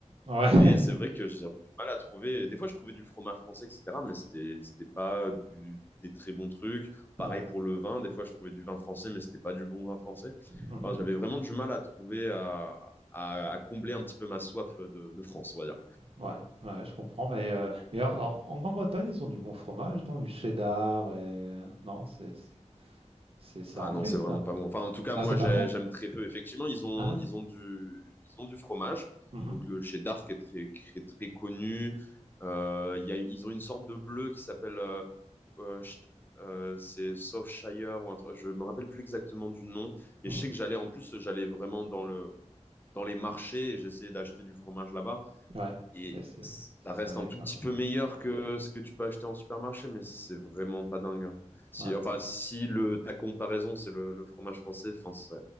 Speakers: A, on the right; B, on the left.
A: Ouais,
B: Mais c'est vrai
A: <laughs>
B: que j'ai du mal à trouver. Des fois, je trouvais du fromage français, etc. Mais c'était, c'était pas du, des très bons trucs. Pareil
A: ouais.
B: pour le vin. Des fois, je trouvais du vin français, mais c'était pas du bon vin français.
A: Mhm.
B: Enfin, j'avais vraiment du mal à trouver, à, à, à combler un petit peu ma soif de, de France, on va dire.
A: Ouais, ouais, je comprends, mais, euh, mais en, en Grande-Bretagne, ils ont du bon fromage, non? Du cheddar et... Non, c'est c'est- c'est
B: Ah
A: anglais,
B: non, c'est
A: ça.
B: vraiment pas bon. Enfin, en tout cas,
A: Ah,
B: moi,
A: c'est pas
B: j'ai-
A: bon?
B: j'aime très peu. Effectivement, ils ont,
A: Ah ouais.
B: ils ont du, ils ont du fromage.
A: Mhm.
B: Donc, le cheddar qui est très, qui est très connu. Euh, il y a, ils ont une sorte de bleu qui s'appelle, euh, euh, Sh- euh, c'est Shire ou un truc. Je me rappelle plus exactement du nom, mais
A: Mhm.
B: je sais que j'allais, en plus, j'allais vraiment dans le, dans les marchés et j'essayais d'acheter du fromage là-bas.
A: Ouais,
B: Et
A: mais c'est
B: ça reste
A: ça n'allait
B: un tout
A: pas,
B: petit
A: quoi.
B: peu meilleur que ce que tu peux acheter en supermarché, mais c'est vraiment pas dingue. hein. Si,
A: Ah, d'accord.
B: enfin, si le, ta comparaison, c'est le, le fromage français, enfin, ça,